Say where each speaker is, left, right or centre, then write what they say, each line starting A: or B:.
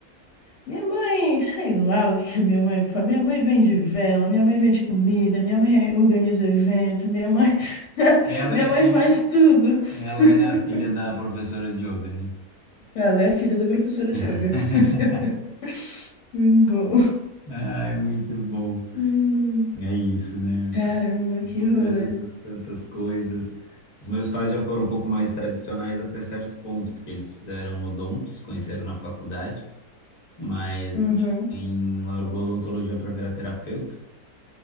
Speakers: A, on the left; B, on the left.
A: minha mãe, sei lá o que que minha mãe faz. Minha mãe vende vela, minha mãe vende comida, minha mãe organiza evento, minha mãe, <laughs>
B: Ela
A: minha
B: é
A: mãe
B: filha,
A: faz tudo. <laughs>
B: ela é a filha da professora de yoga, né?
A: Ela é a filha da professora
B: <laughs>
A: de yoga. <laughs> Muito bom.
B: Ai, muito bom.
A: Hum,
B: É isso, né?
A: caramba,
B: Mudanças,
A: que rolê.
B: tantas coisas. Os meus pais já foram um pouco mais tradicionais até certo ponto, porque eles fizeram odontos, conheceram na faculdade, mas
A: Uhum.
B: em largou a odontologia para virar terapeuta.